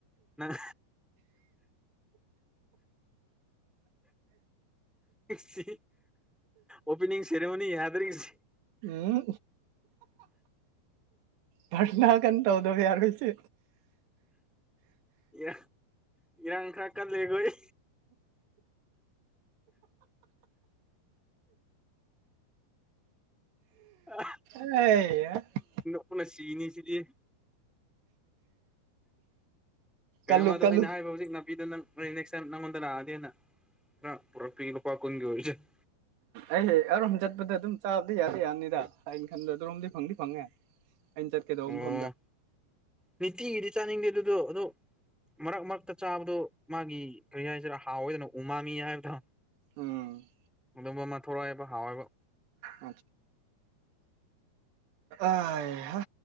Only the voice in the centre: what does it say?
ꯅꯪ ꯁꯤ ꯑꯣꯄꯥꯅꯤꯡ ꯁꯦꯔꯃꯣꯅꯤ ꯌꯥꯗ꯭ꯔ ꯁꯤ
ꯏꯔꯥꯡ ꯏꯔꯥꯡ ꯈꯔ ꯀꯜꯂꯦꯈꯣꯏ ꯑꯥ
ꯊꯨꯅ ꯁꯤꯅꯥ ꯁꯤꯗꯤ ꯀꯩꯅꯣꯃꯗꯣ
ꯑꯩꯅ ꯍꯥꯏꯕ ꯍꯧꯖꯤꯛ ꯅꯥꯄꯤꯗ ꯅꯪ ꯅꯦꯛꯁ ꯇꯥꯏꯃ ꯅꯪꯉꯣꯟꯗ ꯂꯥꯛꯑꯗꯤꯅ ꯄꯨꯔꯛꯄꯤꯒꯦ ꯂꯨꯄꯥ ꯀꯨꯟꯒꯤ ꯑꯣꯏꯔꯁꯨꯅ
ꯑꯣ
ꯅꯤꯡꯇꯤꯒꯤꯗꯤ ꯆꯥꯅꯤꯡꯗꯦ ꯑꯗꯨꯗꯣ ꯑꯗꯣ ꯃꯔꯛ ꯃꯔꯛꯇ ꯆꯥꯕꯗꯣ ꯃꯥꯒꯤ ꯀꯔꯤ ꯍꯥꯏꯁꯤꯔꯥ ꯍꯥꯎꯑꯣꯏꯗꯅ ꯎ ꯃꯥꯝꯃꯤ ꯍꯥꯏꯕꯗ
ꯑꯗꯨꯝꯕ ꯑꯃ ꯊꯣꯛꯔꯛꯏꯕ ꯍꯥꯎꯋꯏꯕ